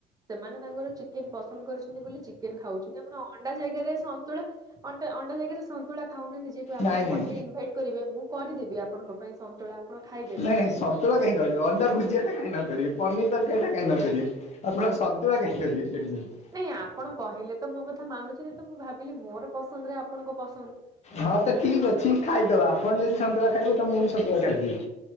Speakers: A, on the right (about 20°); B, on the left (about 40°).
A: ସେମାନେ ତାଙ୍କର ଚିକେନ ପସନ୍ଦ କରିଛନ୍ତି ବୋଲି ଚିକେନ ଖାଉଛନ୍ତି ଆପଣ ଅଣ୍ଡା ଜାଗାରେ ସନ୍ତୁଳା ଅଣ୍ଟା ଅଣ୍ଡା ଜାଗାରେ ସନ୍ତୁଳା ଖାଉନାହାନ୍ତି ଯେହେୁ ଆପଣ
B: ନାଇଁ ନାଇଁ
A: ମତେ ଇନଭାଇଟ କରିବେ ମୁଁ କରିଦେବି ଆପଣଙ୍କ ପାଇଁ ସନ୍ତୁଳା। ଆପଣ ଖାଇଦେବେ।
B: ନାଇଁ ନାଇଁ ସନ୍ତୁଳା କାଇଁ କରିବେ ଅଣ୍ଡା ଭୁଜିଆ ଟା କାଇଁ ନ କରିବେ ପନିର ତରକାରୀ ଟା କାଇଁ ନ କରିବେ। ଆପଣ ସନ୍ତୁଳା କାଇଁ କରିବେ ସେଠି ଯା <unintelligible>
A: ନାଇଁ ଆପଣ କହିଲେ ତ ମୋ କଥା ମାନୁଛନ୍ତି, ତ ମୁଁ ଭାବିଲି ମୋର ପସନ୍ଦରେ ଆପଣ ଙ୍କ ପସନ୍ଦ।
B: ହଁ ତ ଠିକ୍ ଅଛି ଖାଇଦବା ଆପଣ ଯଦି ସନ୍ତୁଳା ଖାଇବେ ତ ମୁଁ ବି ସନ୍ତୁଳା ଖାଇଦେବି।